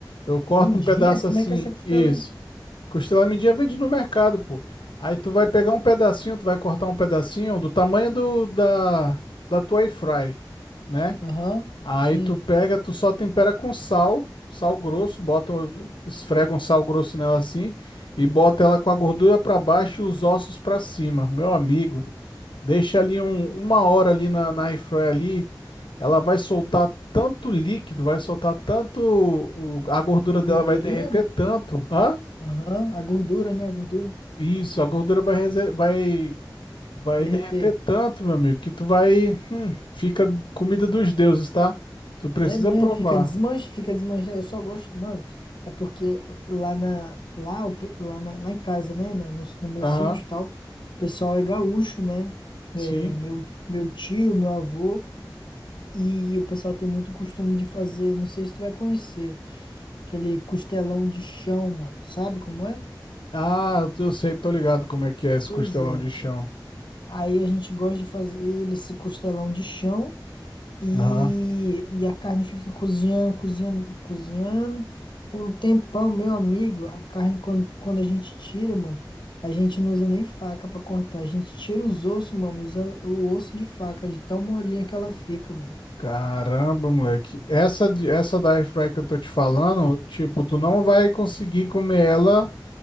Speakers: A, on the left; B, on the left.
A: eu corto
B: Mindinha?
A: um pedaço
B: Como
A: assim,
B: é que é essa costela
A: isso.
B: aí?
A: Costela mindinha vende no mercado, pô. Aí tu vai pegar um pedacinho, tu vai cortar um pedacinho do tamanho do, da, da tua air fry, né?
B: Aham,
A: Aí
B: sim.
A: tu pega, tu só tempera com sal, sal grosso, bota, um- esfrega um sal grosso nela assim e bota ela com a gordura para baixo e os ossos para cima. Meu amigo, deixa ali um- uma hora ali na, na air fryer ali, ela vai soltar tanto líquido, vai soltar tanto, o- a gordura dela
B: Gordurinha?
A: vai derreter tanto, hã?
B: Aham, a gordura, né? A gordura.
A: Isso, a gordura vai, rese- vai, vai
B: Derreter.
A: derreter tanto, meu amigo, que tu vai, fica comida dos deuses, tá? Tu precisa
B: É, né?
A: provar.
B: Fica desmanche, fica desmanche Eu só gosto, mano. É porque lá na, lá, o pe- lá, na- lá em casa, né? na- no, no meu
A: Aham.
B: sítio e tal, o pessoal é gaúcho, né? é,
A: Sim.
B: meu, meu tio, meu avô, e o pessoal tem muito costume de fazer, não sei se tu vai conhecer, aquele costelão de chão, mano. Sabe como é?
A: Ah, eu tô- eu sei, tô ligado como é que é esse
B: Pois
A: costelão
B: é.
A: de chão.
B: Aí a gente gosta de fazer esse costelão de chão. E,
A: Aham.
B: e a carne fica cozinhando, cozinhando, cozinhando. Por um tempão, meu amigo, a carne, quando, quando a gente tira, mano, a gente não usa nem faca pra cortar. A gente tira os ossos, mano, e usa o osso de faca, de tão molinha que ela fica, mano.
A: Caramba, moleque. Essa, de- essa da airfry que eu tô te falando, tipo, tu não vai conseguir comer ela